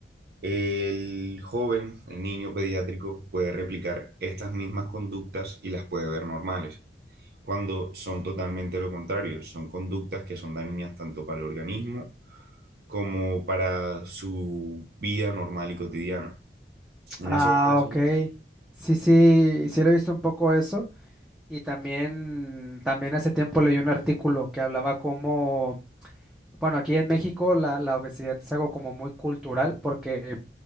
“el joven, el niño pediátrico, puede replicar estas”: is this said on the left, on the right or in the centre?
Right